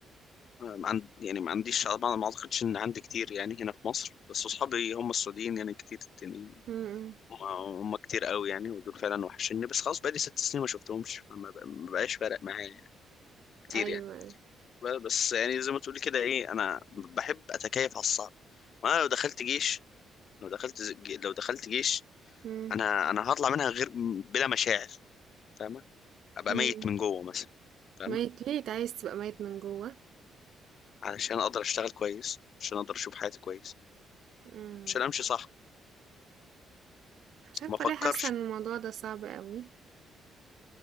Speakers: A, on the left; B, on the right.
A: ما عند... يعني ما عنديش ما ما اعتقدش ان عندي كتير يعني هنا في مصر بس اصحابي هم السعوديين يعني كتير التانيين
B: امم
A: هم هم كتير قوي يعني ودول فعلا وحشني بس خلاص بقالي ست سنين ما شفتهمش فما ب- ما بقاش فارق معايا يعني كتير
B: ايوه
A: يعني ب- بس يعني زي ما تقولي كده ايه انا بحب اتكيف على الصعب وانا لو دخلت جيش لو دخلت ز- ج- لو دخلت جيش
B: امم
A: انا انا هطلع منها غير بلا مشاعر فاهمه ابقى
B: إمم.
A: ميت من جوه مثلا فاهمه
B: ميّت ليه؟ أنت عايز تبقى ميّت من جوّه؟
A: علشان اقدر اشتغل كويس عشان اقدر اشوف حياتي كويس
B: إمم.
A: عشان امشي صح
B: مش عارفة
A: ما افكرش
B: ليه حاسة إن الموضوع ده صعب أوي.